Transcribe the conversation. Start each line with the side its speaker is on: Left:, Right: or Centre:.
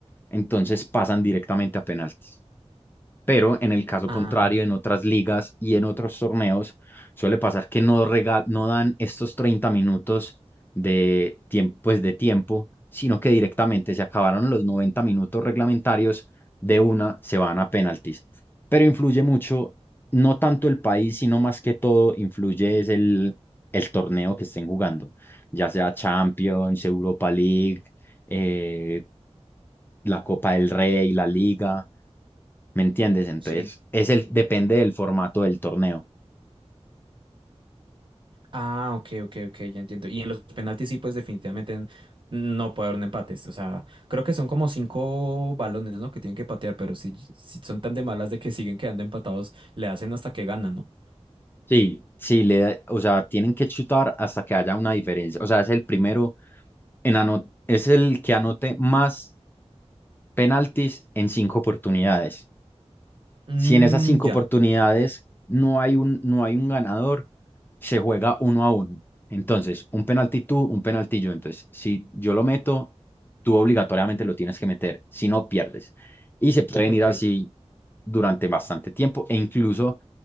Left: entonces pasan directamente a penaltis. Pero en el caso
Right: Ah,
Left: contrario, en otras ligas y en otros torneos, suele pasar que no, rega- no dan estos 30 minutos de tiempo, pues de tiempo, sino que directamente se acabaron los 90 minutos reglamentarios, de una se van a penaltis. Pero influye mucho, no tanto el país, sino más que todo, influye es el, el torneo que estén jugando, ya sea Champions, Europa League, eh, la Copa del Rey, la Liga. ¿Me entiendes? Entonces,
Right: sí.
Left: es el, depende del formato del torneo.
Right: Ah, ok, ok, ok, ya entiendo. Y en los penaltis sí, pues definitivamente n- no puede haber un empate. O sea, creo que son como cinco balones, ¿no? Que tienen que patear, pero si, si son tan de malas de que siguen quedando empatados, le hacen hasta que ganan, ¿no?
Left: Sí, sí, le, da- o sea, tienen que chutar hasta que haya una diferencia. O sea, es el primero en ano- es el que anote más penaltis en cinco oportunidades.
Right: Mmm,
Left: Si en esas cinco
Right: ya,
Left: oportunidades no hay un, no hay un ganador, se juega uno a uno. Entonces, un penalti tú, un penalti yo. Entonces, si yo lo meto, tú obligatoriamente lo tienes que meter, si no pierdes. Y se pueden
Right: ok.
Left: ir así durante bastante tiempo e incluso